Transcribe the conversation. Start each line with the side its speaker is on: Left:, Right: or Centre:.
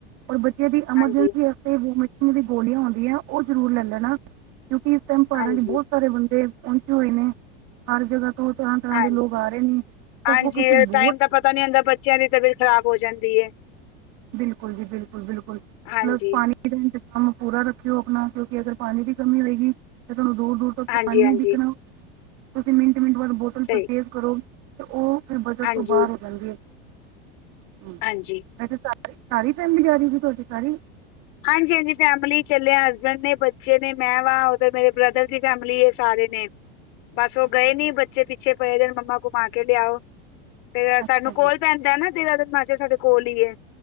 Right: ਔਰ ਬੱਚੇ ਦੀ ਐਮਰਜੈਂਸੀ
Left: ਹਾਂਜੀ,
Right: ਵਾਸਤੇ ਤੇ ਮਛੀਆਂ ਦੀ ਗੋਲੀਆਂ ਆਉਂਦੀ ਹੈ ਉਹ ਜ਼ਰੂਰ ਲੈ ਲੈਣਾ ਕਿਉਂਕਿ ਇਸ ਟਾਈਮ ਪਹਾੜਾਂ
Left: ਹਾਂਜੀ।
Right: ਚ ਬਹੁਤ ਸਾਰੇ ਬੰਦੇ ਪਹੁੰਚੇ ਹੋਏ ਨੇ ਹਰ ਜਗ੍ਹਾ ਤੋਂ ਤਰ੍ਹਾਂ- ਤਰ੍ਹਾਂ
Left: ਹਾਂਜੀ,
Right: ਦੇ ਲੋਕ ਆ ਰਹੇ ਨੇ ਸਭ
Left: ਹਾਂਜੀ
Right: ਕੁਛ ਬਹੁਤ
Left: ਟਾਈਮ ਦਾ ਪਤਾ ਨੀ ਆਪਦਾ ਬੱਚਿਆਂ ਦੀ ਤਬੀਅਤ ਖਰਾਬ ਹੋ ਜਾਂਦੀ ਹੈ
Right: ਬਿਲਕੁਲ ਜੀ ਬਿਲਕੁਲ ਬਿਲਕੁਲ,
Left: ਹਾਂਜੀ,
Right: ਮਤਲਬ ਪਾਣੀ ਕੰਮ ਪੂਰਾ ਰੱਖਿਓ ਆਪਣਾ ਕਿਉਂਕਿ ਅਗਰ ਪਾਣੀ ਦੀ ਕਮੀ ਹੋਏਗੀ ਤੇ ਤੁਹਾਨੂੰ ਦੂਰ -ਦੂਰ ਉਥੇ
Left: ਹਾਂਜੀ,
Right: ਪਾਣੀ ਨੀ
Left: ਹਾਂਜੀ
Right: ਦਿਖਣਾ ਤੁਸੀਂ ਮਿੰਟ-ਮਿੰਟ ਬਾਅਦ
Left: ਸਹੀ
Right: ਬਿਲਕੁਲ ਉਹ, ਉਹ ਬਜਟ
Left: ਹਾਂਜੀ,
Right: ਤੋਂ ਬਾਹਰ ਹੋ ਜਾਂਦੀ ਹੈ। ਹਮ,
Left: ਹਾਂਜੀ।
Right: ਵੈਸੇ ਸਾਰੀ ਫੈਮਿਲੀ ਜਾ ਰਹੀ, ਤੁਹਾਡੀ ਸਾਰੀ।
Left: ਹਾਂਜੀ, ਹਾਂਜੀ ਫੈਮਿਲੀ ਚੱਲਿਆ ਹਸਬੈਂਡ ਨੇ ਬੱਚੇ ਨੇ ਮੈਂ ਵਾ ਉਧਰ ਮੇਰੇ ਬ੍ਰਦਰ ਦੀ ਫੈਮਿਲੀ ਹੈ ਸਾਰੇ ਨੇ। ਬਸ ਉਹ
Right: ਅੱਛਾ
Left: ਗਏ
Right: ਜੀ
Left: ਨੀ ਬੱਚੇ ਪਿੱਛੇ ਪਏ ਦ ਮੰਮਾ ਕੋਮ ਕੇ ਲਿਆਓ ਫਿਰ
Right: ਅੱਛਾ
Left: ਸਾਨੂੰ
Right: ਜੀ
Left: ਕੋਲ ਪੈਂਦਾ ਨਾ ਦੇਹਰਾਦੂਨ ਹਿਮਾਚਲ ਸਾਡੇ ਕੋਲ ਹੀ ਏ